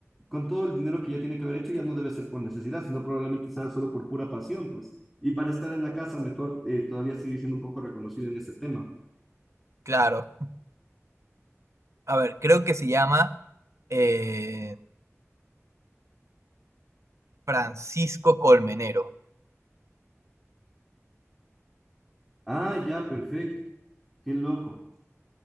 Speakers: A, in the centre; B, on the right (about 70°).
A: con todo el dinero que ya tiene que haber hecho, ya no debe ser por necesidad, sino probablemente sea solo por pura pasión, pues. Y para estar en la casa, mejor eh, todavía seguir siendo un poco reconocido en ese tema.
B: claro. A ver, creo que se llama eh, Francisco Colmenero.
A: Ah, ya, perfecto. Qué loco.